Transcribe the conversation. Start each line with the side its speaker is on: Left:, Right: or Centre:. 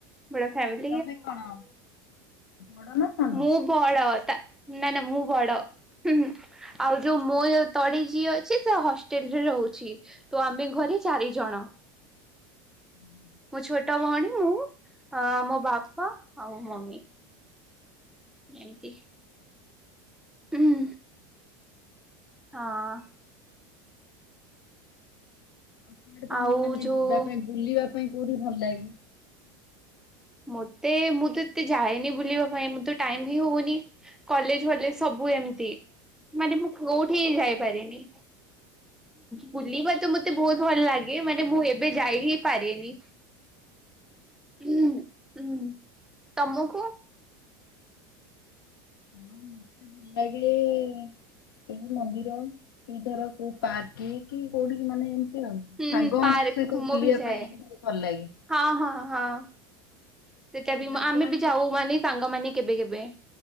Centre: ବଡ ଫାମି
Left: ତମେ କଣ ବଡ ନା? ସାନ?
Centre: ମୁଁ ବଡ ତା ନା ନା ମୁଁ ବଡ ହୁଁ ହୁଁ। ଆଉ ଯୋଉ ମୋଉ ତଳେ ଯିଅ ଅଛି ସେ ହଷ୍ଟେଲ ରେ ରହୁଛି। ତ ଆମେ ଘରେ ଚାରି ଜଣ।
Left: ହୁଁ
Centre: ମୋ ଛୋଟ ଭଉଣୀ ମୁଁ ମୋ ବାପା ଆଉ ମମି। ଏମିତି। ଉହୁଁ ହଁ।
Left: ଆଉ ସେଆଡେ ତମକୁ
Centre: ଆଉ
Left: ମାନେ
Centre: ଯୋଉ
Left: ଯିବା ପାଇଁ ବୁଲିବା ପାଇଁ କୋଉଠି ଭଲ ଲାଗେ?
Centre: ମତେ ମୁଁ ତ ଏତେ ଯାଏନି ବୁଲିବା ପାଇଁ ମୁଁ ତ ଟାଇମ ହିଁ ହଉନି। କଲେଜ ଫଲେଜ ସବୁ ଏମିତି ମାନେ ମୁଁ କୋଉଠି ଯାଇପାରିନି। ବୁଲିବା ତ ମତେ ବହୁତ ଭଲ ଲାଗେ ମାନେ ମୁଁ ଏବେ ଯାଇ ହି ପାରେନି। ହୁଁ ହୁଁ ତମକୁ?
Left: ହଁ ରାଗିଲେ ଏ ଏଇ ମନ୍ଦିର କି ଧର କୋଉ ପାର୍କ କି କୋଉଠି ମାନେ ଏମତି ଆଉ
Centre: ହୁଁ
Left: ସାଙ୍ଗ
Centre: ହୁଁ ପାର୍କ
Left: ମାନଙ୍କ ସହିତ
Centre: ମୁଁ
Left: ବୁଲିବା
Centre: ବି ଯାଏ।
Left: ପାଇଁ ବୋହୁତ ଭଲ ଲାଗେ-
Centre: ହଁ ହଁ ହଁ ସେଟା
Left: ସାଙ୍ଗମାନଙ୍କ
Centre: ବି ମ ଆମେ ବି ଯାଉ ମାନେ ସାଙ୍ଗମାନେ କେବେ କେବେ-